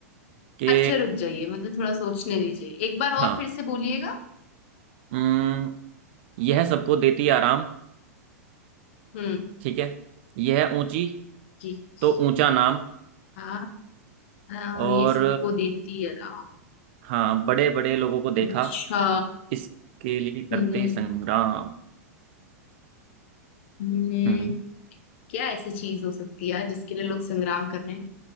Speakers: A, on the right; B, on the left.
A: कि
B: अच्छा रुक जाइए मुझे थोड़ा सोचने दीजिए एक बार और
A: हाँ
B: फिर से बोलिएगा
A: हम्म, यह सबको देती आराम
B: हम्म
A: ठीक है यह ऊंची
B: कीच-
A: तो ऊंचा नाम
B: हाँ हाँ,
A: और
B: ये सबको देती है राम
A: हाँ बड़े बड़े लोगों को देखा
B: अच्छा
A: इसके लिए करते
B: हम्म,
A: संग्राम
B: हम्म,
A: हम्म
B: क्या ऐसी चीज हो सकती है यार जिसके लिए लोग संग्राम कर रहे